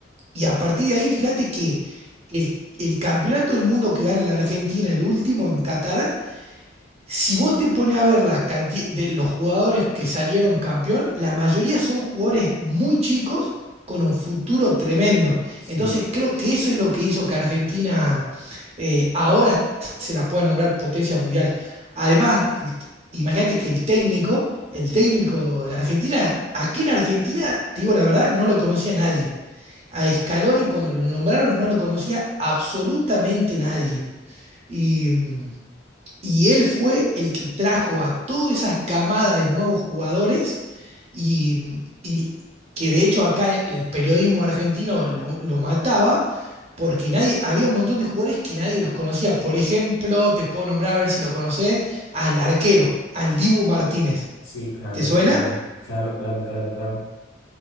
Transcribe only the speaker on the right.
y a partir de ahí, fíjate que el, el campeonato del mundo que gana la Argentina, el último en Qatar, si vos te pones a ver la cantidad de los jugadores que salieron campeón, la mayoría son jugadores muy chicos con un futuro tremendo.
Entonces creo que eso es lo que hizo que Argentina eh, ahora se la pueda nombrar potencia mundial. Además, el- imagínate que el técnico, el técnico de Argentina, aquí en Argentina, te digo la verdad, no lo conocía nadie. A Scaloni cuando lo nombraron no lo conocía absolutamente nadie. Y mm, y él fue el que trajo a toda esa camada de nuevos jugadores y, mm, y que de hecho acá el periodismo argentino lo, lo mataba porque nadie, había un montón de jugadores que nadie los conocía. Por ejemplo, te puedo nombrar a ver si lo conocés, al arquero, al Dibu Martínez.
¿Te suena?